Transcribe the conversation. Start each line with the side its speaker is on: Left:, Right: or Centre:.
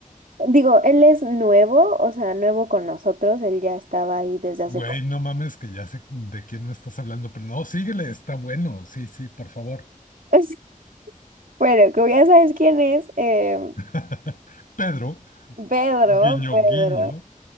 Right: digo, él es nuevo, o sea, nuevo con nosotros, él ya estaba ahí desde
Left: Güey,
Right: hace como...
Left: no mames que ya sé de quién me estás hablando, pero no, síguele, está bueno, sí, sí, por favor.
Right: <laughs> Bueno, como ya sabes quién es, eh,
Left: <laughs> Pedro,
Right: Pedro,
Left: guiño,
Right: Pedro,
Left: guiño.